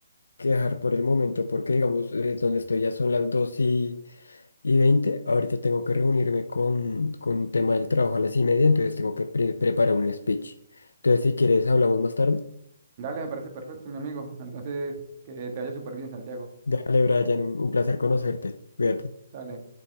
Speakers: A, on the left; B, on the right.
A: que dejar por el momento porque, digamos, eh, donde estoy ya son las dos y, y 20. Ahorita tengo que reunirme con, con un tema del trabajo a las y media, entonces tengo que pre- preparar un speech. Entonces, si quieres, hablamos más tarde.
B: Dale, me parece perfecto, mi amigo. Entonces, que te vaya súper bien, Santiago.
A: Dale, Brian, un, un placer conocerte. Cuídate.
B: Dale.